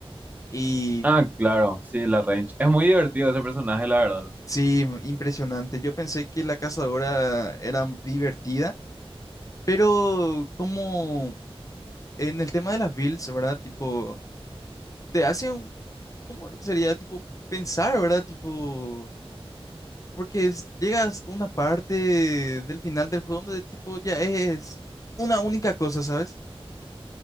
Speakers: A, on the left; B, on the right.
A: Y
B: Ah, claro, sí, la range. Es muy divertido ese personaje, la verdad.
A: sí, m- impresionante. Yo pensé que la cazadora era divertida, pero como en el tema de las builds, ¿verdad? Tipo, te hace un, ¿cómo sería? Tipo, pensar, ¿verdad? Tipo, porque es- llegas a una parte del final del juego donde tipo ya es una única cosa, ¿sabes?